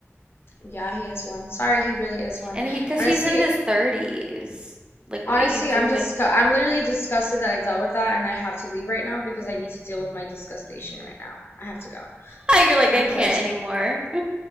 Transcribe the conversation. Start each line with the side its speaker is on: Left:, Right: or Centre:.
Left: yeah, he is one. Sorry, he really is one.
Right: And he, because
Left: Honestly,
Right: he's in his 30s. Like, what
Left: Honestly,
Right: are you doing?
Left: I'm just
Right: <laughs>
Left: I'm literally disgusted that I dealt with that and I have to leave right now because I need to deal with my disgustation right now. I have to go.
Right: You're like,
Left: I'm
Right: I can't
Left: pissed.
Right: anymore. <laughs>